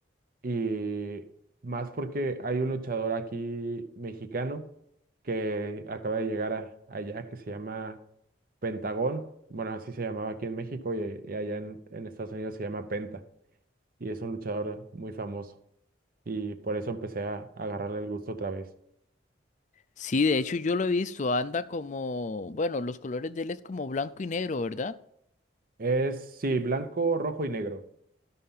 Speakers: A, on the right; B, on the left.
A: Y más porque hay un luchador aquí mexicano que acaba de llegar a- allá que se llama Pentagón. Bueno, así se llamaba aquí en México y, y allá en, en Estados Unidos se llama Penta. Y es un luchador muy famoso. Y por eso empecé a, a agarrarle el gusto otra vez.
B: Sí, de hecho, yo lo he visto. Anda como, bueno, los colores de él es como blanco y negro, ¿verdad?
A: Es, sí, blanco, rojo y negro.